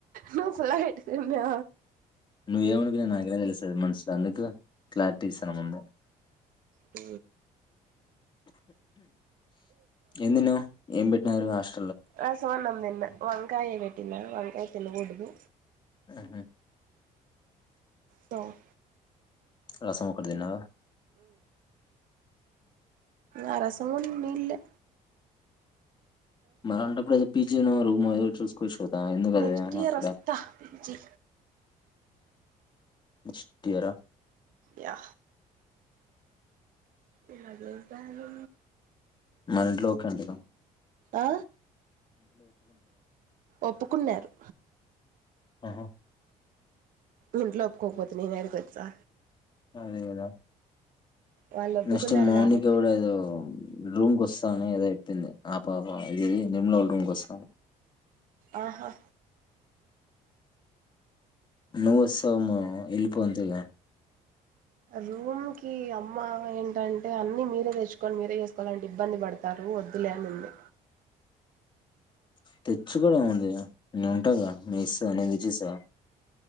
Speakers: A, on the right; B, on the left.
A: నువ్వు పుల్ల పెట్టుకున్నా
B: నువ్వు ఏమనుకునేది నాకెలా తెలుస్తది మనసుల అందుకు క్లారిటీ ఇస్తాన ముందే
A: ఉ
B: ఏం తిన్నావ్ ఏం పెట్టినారు హస్
A: రసం అన్నం తిన్న వంకాయ పెట్టినారు వంకాయ తినకూడదు
B: ఆహా
A: త
B: రసం ఒక్కటి తిన్నవా
A: ఆ రసము నీళ్లే
B: మరి అలాంటప్పుడు పిజినో రూమో ఏదో ఒకటి చూసుకోవచ్చు కదా ఎందుకు అది
A: నెక్స్ట్ ఇయర్
B: అక్కడ
A: వస్తా పీజీ
B: ఫస్ట్ ఇయర
A: యా ఎల్లగొడుతారు
B: మన ఇంట్లో కంటేనా
A: ఆ ఒప్పుకున్నారు
B: ఆహా
A: ఇంట్లో ఒప్పుకోకపోతే నేను అడిగొచ్చా
B: అదేగదా
A: వాళ్ళు ఒప్పుకున్నారు
B: నెస్ట్ మౌనిక
A: కాబట్టి
B: కూడాఎదో రూమ్కి వస్తా ఏదో చెప్పింది ఆ పాప ఇది ఇది నిమ్లం కోసం
A: ఆహా
B: నువ్వు వత్సవము వెళ్ళిపోతుగా
A: రూమ్ కి అమ్మ ఏంటంటే అన్నిీ మీరే తెచ్చుకొని మీరే చేస్త లాంటి ఇబ్బంది పడతారు వద్దులేనింది
B: తెచ్చు కూడా ఉంది నేను ఉంటాగా మీ ఇస్తా నేను తెచ్చి ఇస్తాగా